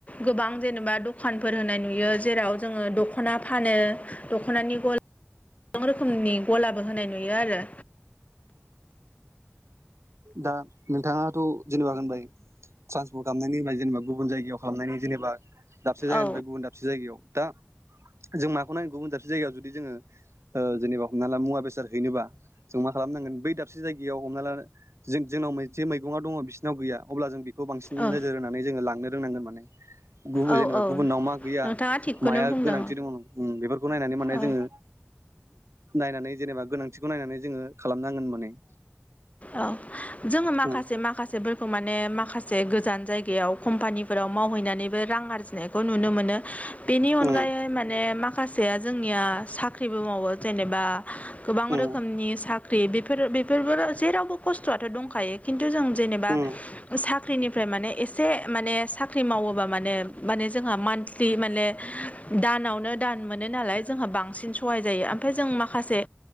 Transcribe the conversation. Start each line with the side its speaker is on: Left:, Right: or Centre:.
Left: गोबां जेनेबा दखानफोर होनाय नुयो जेराव जोंङो दख'ना फानो दख'नानि गला गोबां रोखोमनि गलाबो होनाय नुयो आरो
Right: दा नोंथाङाथ जेनेबा होनबाय ट्रानस खालामनायनि होनोब जेनेबा गुबुन जायगायाव खालामनायनि जेनेबा दाबसे जायगानिफ्राय
Left: औ
Right: गुबुन दाबसे जायगायाव दा जों माखौ नांगोन गुबुन जााबसे जायगायाव जुदि जोङो ओ जेनेबा हमना ला मुवा बेसाद हैनोबा जों मा खालामनांगोन बै दाबसे जायगायाव हमना ला जों जोंनाव जे मैगं दङ बिसिरनाव गैया अब्ला जों बेखौ बांसिन
Left: औ
Right: नोजोर होनानै जोङो लांनो रोंनांगोन माने गुबुन
Left: औ
Right: जेनेबा
Left: औ
Right: गुबुननाव मा गैया
Left: नोंथाङा थिगखौनो
Right: माया
Left: बुंदों
Right: गोनांथि दङ बेफोरखौ नायनानै माने जोंङो
Left: औ
Right: नायनानै जेनेबा गोनांथिखौ नायनानै जोंङो खालामनांगोन माने
Left: औ जोंङो माखासे
Right: उम
Left: माखासेफोरखौ माने माखासे से गोजान जायगायाव कम्पानिफोराव मावहैनानैबो रां आरजिनायखौ नुनो मोनो बेनि अनगायै
Right: उम
Left: माने माखासेया जोंनिया साख्रिबो मावो जेनेबा गोबां
Right: उम
Left: रोखोमनि साख्रिफोर बेफोरबो जेरावबो खस्थ आथ दंखायो खिन थु जों जेनेबा
Right: उम
Left: साख्रिनिफ्राय माने एसे माने साख्रि मावोबा माने माने जों जोंहा मानलि माने दानावनो दान मोनोनालाय जोंहा बांसिन सहाय जायो ओमफ्राय जों माखासे